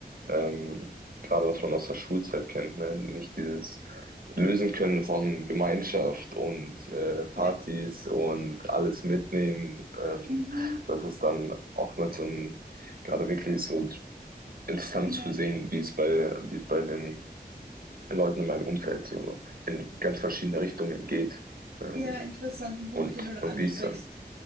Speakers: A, on the right; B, on the right.
A: ähm, gerade was man aus der Schulzeit kennt, ne? Nicht dieses lösen können von Gemeinschaft und äh, Partys
B: Ja.
A: und alles mitnehmen. Ähm,
B: Mhm.
A: das ist dann oftmals so ein, gerade wirklich so interessant
B: Ja.
A: zu sehen, wie es bei, wie es bei den Leuten in meinem Umfeld so in ganz verschiedene Richtungen geht. Ähm,
B: Ja, interessanten Punkt,
A: und,
B: den du da
A: und
B: ansprichst.
A: wie es dann,